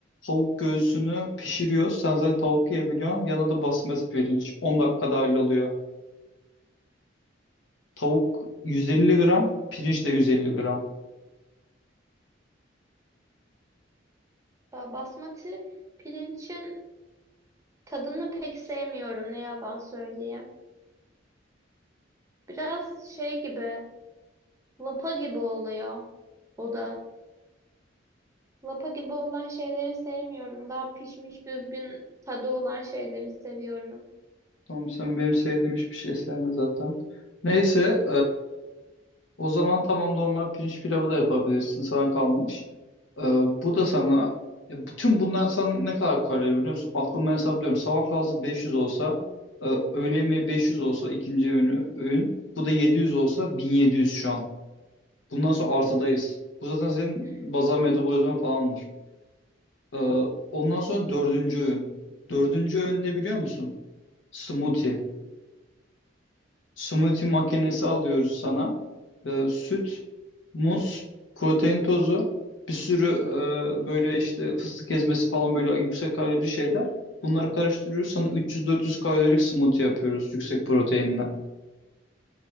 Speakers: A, on the left (about 80°); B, on the right (about 15°).
A: tavuk göğsünü pişiriyoruz. Sen zaten tavuk yiyebiliyorsun. Yanına da basmati pirinç. 10 dakikada halloluyor. Tavuk 150 gram. Pirinç de 150 gram.
B: Ba- Basmati pirincin tadını pek sevmiyorum ne yalan söyleyeyim. Biraz şey gibi, lapa gibi oluyor o da. Lapa gibi olan şeyleri sevmiyorum. Daha pişmiş düzgün tadı olan şeyleri seviyorum.
A: Tamam sen benim sevdiğim hiçbir şey sevme zaten. Neyse O zaman tamam normal pirinç pilavı da yapabilirsin. Sana kalmış. Ee, bu da sana ya bütün bundan sana ne kadar kalori biliyor musun? Aklımdan hesaplıyorum. Sabah kahvaltısı 500 olsa e, öğle yemeği 500 olsa ikinci öğünü öğün. Bu da 700 olsa 1700 şu an. Bundan sonra artıdayız. Bu zaten senin
B: <laughs>
A: bazal metabolizman falandır. Ee, ondan sonra dördüncü öğün. Dördüncü öğün ne biliyor musun? Smoothie. Smoothie makinesi alıyoruz sana. Ee, süt, muz, protein tozu, bir sürü e, böyle işte fıstık ezmesi falan böyle yüksek kalorili şeyler. Bunları karıştırıyoruz. Sana 300-400 kalorilik smoothie yapıyoruz yüksek proteinle.